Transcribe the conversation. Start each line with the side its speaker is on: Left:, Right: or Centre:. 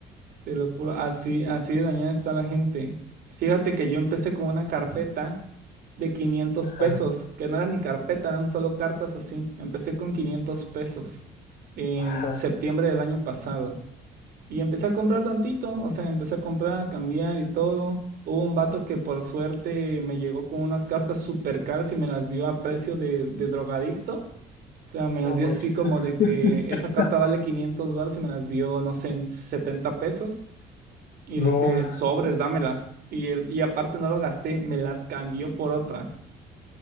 Right: te lo juro. Así, así de dañada está la gente. Fíjate que yo empecé con una carpeta de quinientos
Left: Ajá,
Right: pesos, que no era ni carpeta, eran solo cartas así. Empecé con 500 pesos en
Left: ajá,
Right: septiembre del año pasado. Y empecé a comprar tantito, o sea, empecé a comprar, cambiar y todo. Hubo un vato que por suerte me llegó con unas cartas súper caras y me las dio a precio de, de drogadicto. O sea, me las
Left: No
Right: dio
Left: manches.
Right: así como de que
Left: <laughs>
Right: esa carta vale 500 dólares y me las dio, no sé, en 70 pesos. Y
Left: No,
Right: dije, sobres, dámelas. Y, él- y aparte no lo gasté, me las cambió por otras.